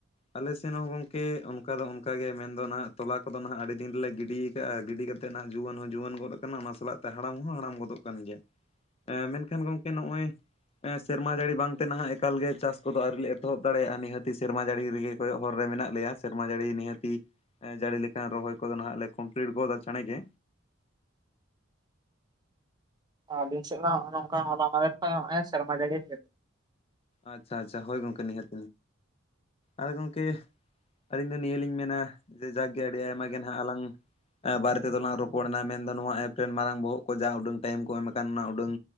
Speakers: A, on the left; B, on the right.
A: ᱟᱞᱮ ᱥᱮᱱ ᱦᱚᱸ ᱜᱚᱝᱠᱮ ᱚᱱᱠᱟ ᱫᱚ ᱚᱱᱠᱟ ᱜᱮ ᱢᱮᱱᱫᱚ ᱱᱟᱦᱟᱜ ᱛᱚᱞᱟ ᱠᱚᱫᱚ ᱱᱟᱦᱟᱜ ᱟᱹᱰᱤ ᱫᱤᱱ ᱨᱮᱞᱮ ᱜᱤᱰᱤ ᱠᱟᱹᱜᱼᱟ ᱜᱤᱰᱤ ᱠᱟᱛᱮᱫ ᱱᱟᱦᱟᱜ ᱡᱩᱣᱟᱹᱱ ᱦᱚᱸ ᱡᱩᱣᱟᱹᱱ ᱜᱚᱫᱚᱜ ᱠᱟᱱᱟ ᱚᱱᱟ ᱥᱟᱞᱟᱜ ᱛᱮ ᱦᱟᱲᱟᱢ ᱦᱚᱸ ᱦᱟᱲᱟᱢ ᱜᱚᱫᱚᱜ ᱠᱟᱱ ᱜᱮᱭᱟ᱾
B: <inaudible>
A: ᱢᱮᱱᱠᱷᱟᱱ ᱜᱚᱢᱠᱮ ᱱᱚᱜᱼᱚᱭ ᱥᱮᱨᱢᱟ ᱡᱟᱹᱲᱤ ᱵᱟᱝᱛᱮ ᱱᱟᱦᱟᱜ ᱮᱠᱟᱞᱜᱮ ᱪᱟᱥ ᱠᱚᱫᱚ ᱟᱹᱣᱨᱤ ᱞᱮ ᱮᱛᱚᱦᱚᱵ ᱫᱟᱲᱮᱭᱟᱜᱼᱟ ᱱᱤᱦᱟᱹᱛᱤ ᱥᱮᱨᱢᱟ ᱡᱟᱹᱲᱤ ᱨᱮᱜᱮ ᱠᱚᱭᱚᱜ ᱦᱚᱨ ᱨᱮ ᱢᱮᱱᱟᱜ ᱞᱮᱭᱟ, ᱥᱮᱨᱢᱟ ᱡᱟᱹᱲᱤ ᱱᱤᱦᱟᱹᱛᱤ ᱡᱟᱹᱲᱤ ᱞᱮᱠᱟᱱ ᱨᱚᱦᱚᱭ ᱠᱚᱫᱚ ᱱᱟᱦᱟᱜ ᱞᱮ ᱠᱚᱢᱯᱞᱤᱴ ᱜᱚᱫᱟ ᱪᱟᱸᱬᱮ ᱜᱮ᱾
B: ᱟᱞᱤᱧ ᱥᱮᱫ ᱢᱟ ᱱᱚᱸᱜ-ᱚ ᱱᱚᱝᱠᱟ ᱦᱚᱞᱟ ᱢᱟᱫᱮᱨ ᱠᱷᱚᱡ ᱮ ᱥᱮᱨᱢᱟ ᱡᱟᱲᱤ ᱠᱮᱫ᱾
A: ᱟᱪᱪᱷᱟ, ᱟᱪᱪᱷᱟ ᱦᱳᱭ ᱦᱚᱭ ᱜᱚᱢᱠᱮ ᱱᱤᱦᱟᱹᱛ ᱟᱨ ᱜᱚᱝᱠᱮ ᱟᱹᱞᱤᱧ ᱫᱚ ᱱᱤᱭᱟᱹ ᱞᱤᱧ ᱢᱮᱱᱟ᱾ ᱡᱮ ᱡᱟᱠ ᱟᱹᱰᱤ ᱟᱭᱢᱟ ᱜᱮ ᱦᱟᱜ ᱟᱞᱟᱝ ᱵᱟᱨᱮ ᱛᱮᱞᱟᱝ ᱨᱚᱯᱚᱲ ᱱᱟ ᱢᱮᱱᱫᱚ ᱱᱚᱣᱟ ᱮᱯ ᱨᱮᱱ ᱢᱟᱨᱟᱝ ᱵᱚᱦᱚᱜ ᱠᱚ ᱡᱟ ᱩᱰᱟᱹᱝ ᱴᱟᱭᱤᱢ ᱠᱚ ᱮᱢ ᱟᱠᱟᱱ ᱚᱱᱟ ᱩᱰᱟᱹᱝ